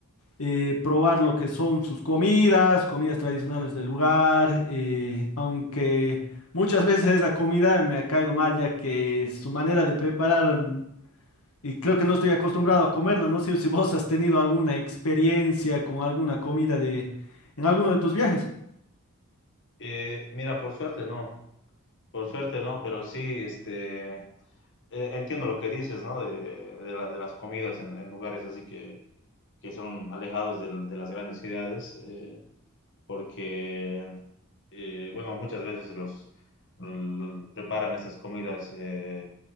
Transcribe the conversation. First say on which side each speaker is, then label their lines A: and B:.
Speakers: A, on the left; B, on the left.
A: eh, probar lo que son sus comidas, comidas tradicionales del lugar, eh, aunque muchas veces esa comida me ha caído mal, ya que su manera de preparar, mm, y creo que no estoy acostumbrado a comerla, no sé si vos has tenido alguna experiencia con alguna comida de, en alguno de tus viajes.
B: Eh, mira, por suerte no, por suerte no, pero sí, este... eh, entiendo lo que dices, ¿no? De, de, la- de las comidas en, en lugares así que, que son alejados del- de, las grandes ciudades. eh, porque, eh, bueno, muchas veces los, l- preparan estas comidas eh,